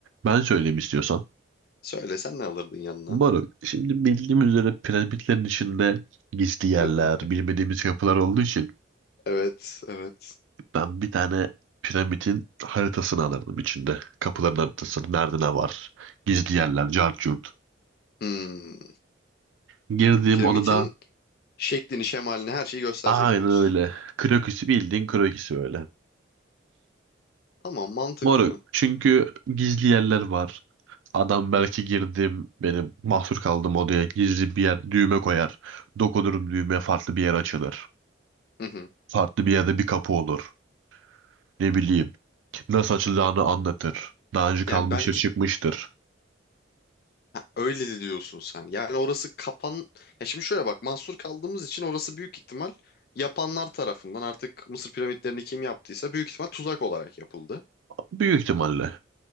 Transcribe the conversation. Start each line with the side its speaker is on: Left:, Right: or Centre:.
Right: Ben söyleyeyim istiyorsan.
Left: Söylesen ne alırdın yanına?
Right: Baruk, şimdi bildiğim üzere piramitlerin içinde gizli yerler,
Left: <laughs>
Right: bilmediğimiz kapılar olduğu için
Left: Evet, evet.
Right: Ben bir tane piramidin haritasını alırdım içinde. Kapıların haritasını. Nerede ne var? Gizli yerler, cart curt.
Left: Hmm.
Right: Girdiğim
Left: Piramidin
Right: odada
Left: şeklini, şemalini, her şeyi gösterecek
Right: aynen
Left: diyorsun.
Right: öyle. Kroküsü bildiğin kroküsü böyle.
Left: Ama mantıklı.
Right: Moruk. Çünkü gizli yerler var. Adam belki girdim benim mahsur kaldığım odaya gizli bir yer düğme koyar. Dokunurum düğmeye farklı bir yer açılır.
Left: Hı hı.
Right: Farklı bir yerde bir kapı olur. Ne bileyim nasıl açılacağını anlatır. Daha önce kalmıştır
Left: Yani belki
Right: çıkmıştır.
Left: öyle de diyorsun sen. Yani orası kapan... Ya şimdi şöyle bak, mahsur kaldığımız için orası büyük ihtimal yapanlar tarafından artık Mısır piramitlerini kim yaptıysa büyük ihtimal tuzak olarak yapıldı.
Right: Büyük ihtimalle.